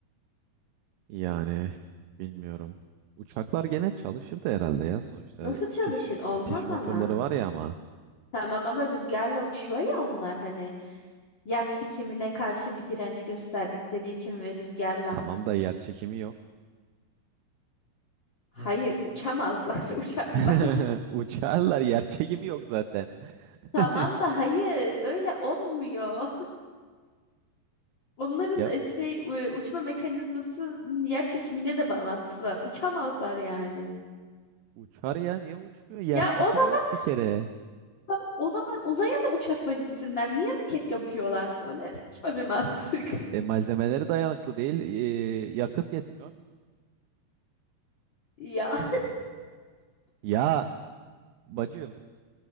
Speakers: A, on the right; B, on the left.
A: Yani bilmiyorum. Uçaklar gene çalışırdı herhalde ya. Sonuçta
B: Nasıl çalışır?
A: itiş,
B: Olmaz
A: itiş motorları
B: ama.
A: var ya ama.
B: Tamam ama rüzgarla uçuyor ya onlar hani yer çekimine karşı bir direnç gösterdikleri için ve rüzgarla.
A: Tamam da yer çekimi yok.
B: Hı. Hayır, uçamazlar <laughs> uçaklar.
A: <laughs> Uçarlar yer çekimi yok zaten.
B: Tamam
A: <laughs>
B: da hayır, öyle olmuyor. Onların
A: Ya
B: e, şey e, uçma mekanizması yer çekimiyle de bağlantısı var. Uçamazlar yani.
A: uçar ya niye uçmuyor? Yer
B: Ya
A: çekimi
B: o zaman
A: yok bir kere.
B: tamam, o zaman uzaya da uçakla gitsinler. Niye roket yapıyorlar? O ne saçma bir mantık. <laughs>
A: E, malzemeleri dayanıklı değil. e, yakıt yetmiyor.
B: Ya.
A: Ya bacım